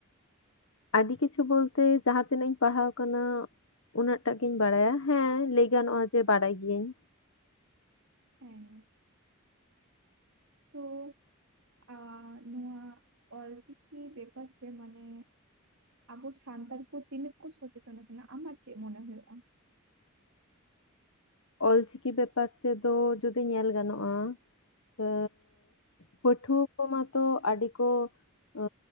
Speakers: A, on the left; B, on the right.
A: ᱟᱰᱤ ᱠᱤᱪᱷᱩ ᱵᱚᱞᱛᱮ ᱡᱟᱦᱟᱸ ᱛᱤᱱᱟᱹᱜ ᱤᱧ ᱯᱟᱲᱦᱟᱣ ᱠᱟᱱᱟ ᱩᱱᱟᱹᱜ ᱴᱟᱜ ᱜᱤᱧ ᱵᱟᱲᱟᱭᱟ ᱦᱮᱸ ᱞᱟᱹᱭ ᱜᱟᱱᱚᱜᱼᱟ ᱡᱮ ᱵᱟᱲᱟᱭ ᱜᱤᱭᱟᱹᱧ
B: ᱦᱮᱸ ᱛᱳ ᱟ ᱱᱚᱣᱟ ᱚᱞᱪᱤᱠᱤ ᱵᱮᱯᱟᱨ ᱛᱮ ᱢᱟᱱᱮ ᱟᱵᱚ ᱥᱟᱱᱛᱟᱲ ᱠᱚ ᱛᱤᱱᱟᱹᱜ ᱠᱚ ᱥᱚᱪᱮᱛᱚᱱ ᱠᱟᱱᱟ ᱟᱢᱟᱜ ᱪᱮᱫ ᱢᱚᱱᱮ ᱦᱩᱭᱩᱜᱼᱟ
A: ᱚᱞ ᱪᱤᱠᱤ ᱵᱮᱯᱟᱨ ᱛᱮᱫᱚ ᱡᱩᱫᱤ ᱧᱮᱞ ᱜᱟᱱᱚᱜᱼᱟ ᱟᱹ ᱟᱹᱵ ᱯᱟᱹᱴᱷᱩᱣᱟᱹ ᱠᱚ ᱢᱟᱛᱚ ᱟᱰᱤ ᱠᱚ ᱟᱹ